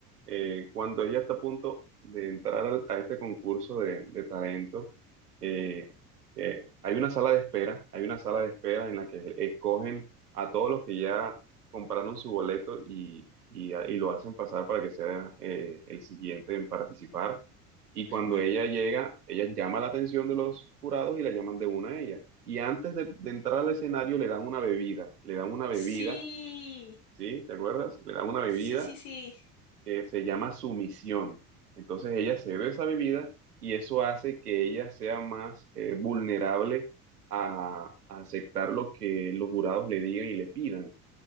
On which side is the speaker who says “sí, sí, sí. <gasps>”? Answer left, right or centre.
Left